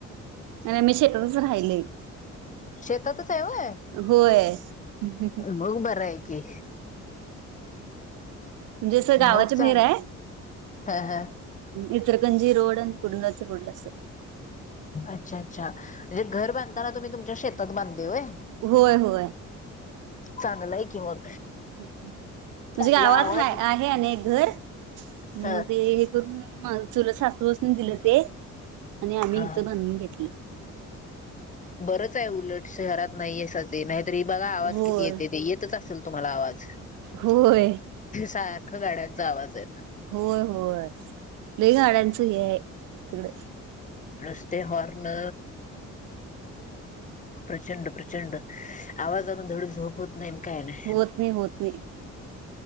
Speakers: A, on the right; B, on the left.
A: आम्ही शेतातच राहिलोय.
B: शेतातच हाय होय?
A: होय. म्हणजे
B: मग बर आहे की.
A: म्हणजे अस गावाच्या
B: मग चाल
A: बाहीर हाय
B: हा हा
A: इचलरकंजी रोड कुडनाच बुडलं असल
B: अच्छा अच्छा, म्हणजे घर बांधतानाव तुम्ही तुमच्या शेतात बांधले होय
A: होय होय.
B: चांग ला हाय की मग
A: म्हणजे
B: आपला
A: गावात
B: आवाज
A: हाय. आहे आणि एक घर मग
B: हा
A: ते हे करून, चुलंत सासूसन दिलं ते. आणि आम्ही
B: हा
A: इथं बांधून घेतलं.
B: बरंच आहे उलट. शहरात नाहीय सदी नाहीतर हे बघा आवाज
A: होय
B: किती येते ते? येतच असेल तुम्हाला आवाज,
A: होय
B: सारख गाड्यांचा आवाज आहे.
A: होय होय, लई गाड्यांचं हे आहे तिकड.
B: रस्ते, हॉर्न प्रचंड, प्रचंड आवाजान धड झोप होत नाही अन् काय नाही?
A: होत होत नाही